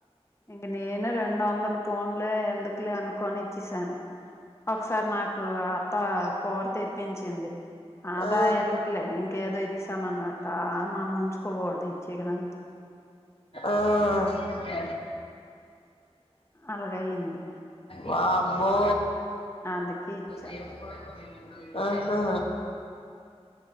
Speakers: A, on the left; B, on the left.
A: ఇంక నేను రెండు వందలు ఫోన్లే ఎందుకులే అనుకని ఇచ్చేసాను ఒకసారి నాకు అత్త కోరు తెప్పించింది ఆదా
B: ఆ
A: ఎందుకులే ఇంకేదో ఇచ్చామన్నట్ మనం ఉంచుకోకూడదు ఇచ్చడంత
B: ఆ
A: అలాగయ్యింది
B: వామ్ బో
A: అందుకే ఇచ్చా
B: దేవుడు కూడా <unintelligible> ఆ ఆ